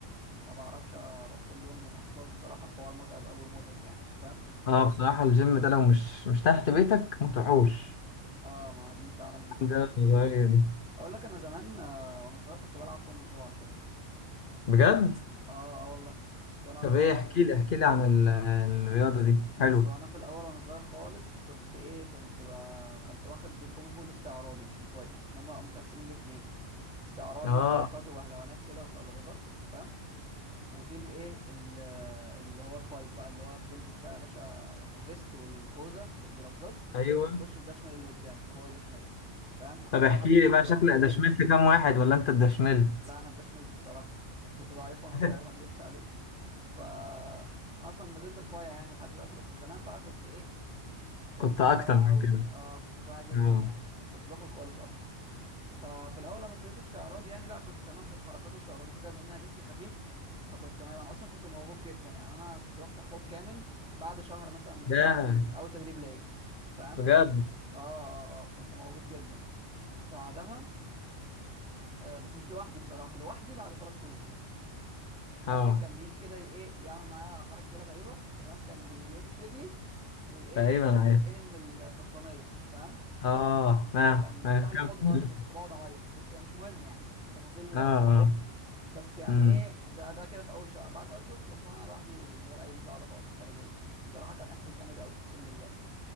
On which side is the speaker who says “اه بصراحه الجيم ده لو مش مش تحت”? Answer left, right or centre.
Left